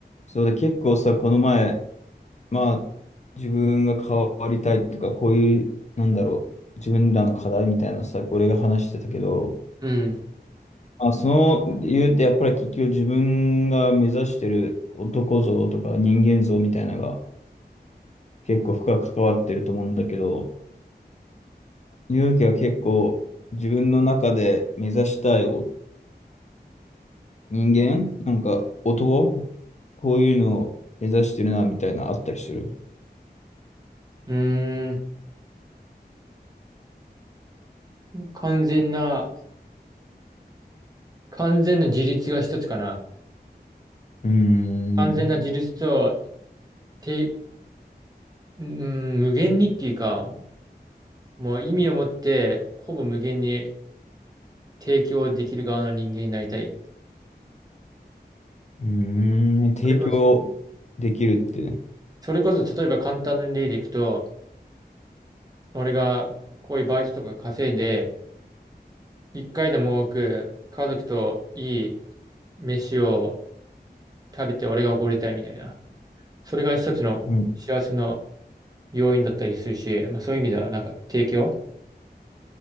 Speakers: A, on the left (about 45°); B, on the right (about 20°).
A: そうで、結構さ、この前、まあ、自分が変わりたいとか、こういう、なんだろう、自分らの課題みたいなのさ、俺が話してたけど、
B: うん。
A: まあ、その理由ってやっぱり結局自分が目指してる男像とか人間像みたいなのが結構深く関わってると思うんだけど、勇気は結構自分の中で目指したいお人間、なんか男、こういうのを目指してるなみたいなあったりする。
B: うーん。完全な、完全な自立が一つかな。
A: うーん。
B: 完全な自立と、て、うん、無限にっていうか、もう意味を持って、ほぼ無限に提供できる側の人間になりたい。
A: うーん、提供できるって。
B: それこそ、それこそ例えば簡単な例でいくと、俺がこういうバイトとか稼いで、一回でも多く家族といい飯を食べて俺がおごりたいみたいな。それが一つの幸せの
A: うん、
B: 要因だったりするし、まあそういう意味ではなんか提供